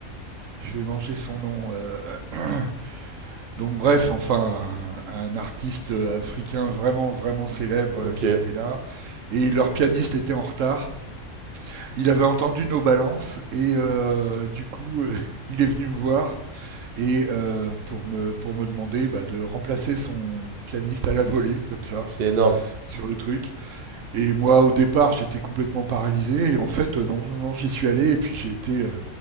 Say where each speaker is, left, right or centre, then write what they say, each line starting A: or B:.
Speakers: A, on the right (about 70°); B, on the right (about 55°).
A: Je vais manger son nom. euh, <clears throat> Donc bref, enfin, un, un, artiste euh, africain vraiment, vraiment célèbre
B: ok,
A: euh, qui était là. Et leur pianiste était en retard. Il avait entendu nos balances et euh, du coup, euh, <laughs> il est venu me voir et euh, pour, me, pour me demander bah, de remplacer son pianiste à la volée, comme ça,
B: c'est énorme,
A: sur le truc. Et moi, au départ, j'étais complètement paralysé. Et en fait, euh, non, non, non, j'y suis allé et puis j'ai été... Euh,